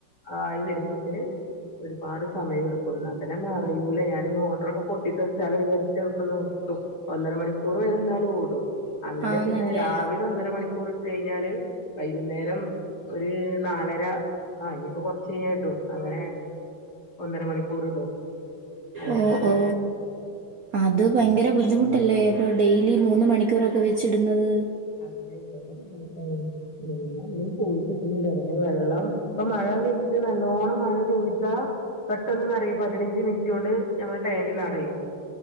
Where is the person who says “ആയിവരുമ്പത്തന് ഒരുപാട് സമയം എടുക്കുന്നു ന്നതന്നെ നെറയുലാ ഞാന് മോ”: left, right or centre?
Left